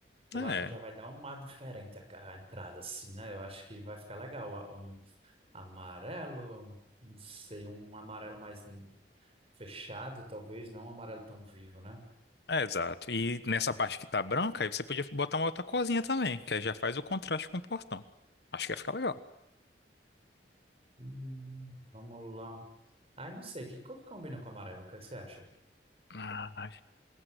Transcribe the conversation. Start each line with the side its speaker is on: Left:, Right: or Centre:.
Right: Eu
Left: É,
Right: acho que já vai dar um ar diferente a, a entrada, assim, né? Eu acho que vai ficar legal. a- Um amarelo, um- não sei, um amarelo mais hum, fechado, talvez, não um amarelo tão vivo, né?
Left: é exato. E nessa parte que tá branca, aí você podia botar uma outra corzinha também, que aí já faz o contraste com o portão. Acho que ia ficar legal.
Right: Hum, vamos lá. Ai, não sei, que cor que combina com amarelo? O que é que você acha?
Left: Ah,